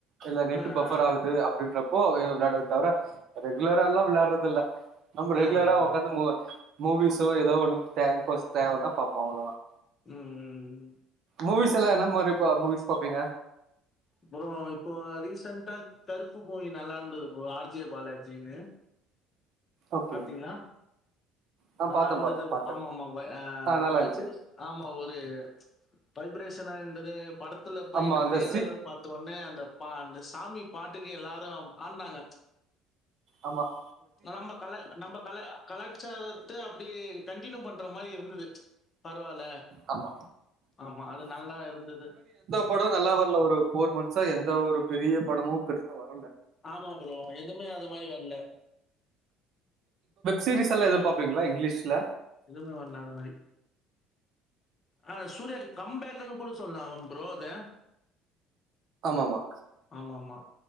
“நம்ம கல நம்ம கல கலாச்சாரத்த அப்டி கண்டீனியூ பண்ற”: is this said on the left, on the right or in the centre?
Left